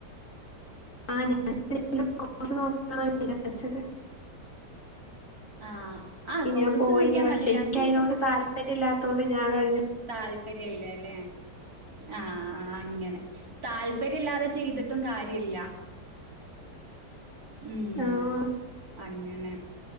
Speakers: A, on the left (about 45°); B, on the right (about 55°).
A: ആഹ് <inaudible> കോസ് നോക്ക വിചാരിച്ചത്
B: ആഹ് ആഹ്
A: ഇ
B: കോഴ്സ്
A: ഞാൻ പോയിന്
B: നോക്കിയാൽ
A: പക്ഷെ
B: മതി ര
A: ഇൻക്ക് അയ്നോട് താല്പര്യല്ലാത്തോണ്ട് ഞാനയ്ന്
B: താല്പര്യല്ല ലേ ആഹ് അഹ് അങ്ങനെ താല്പര്യം ഇല്ലാതെ ചെയ്തിട്ടും കാര്യല്ല ഉം
A: ആഹ്
B: അങ്ങനെ